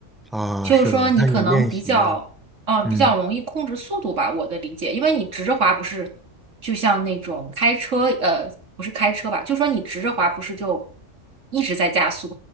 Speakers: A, in the centre; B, on the right.
A: 啊，
B: 就是说你可能比较嗯、
A: 是的，我看有练习的，
B: 呃比较容易控制速度吧，
A: 嗯
B: 我的理解，因为你直着滑不是就像那种开车呃不是开车吧，就说你直着滑不是就一直在加速，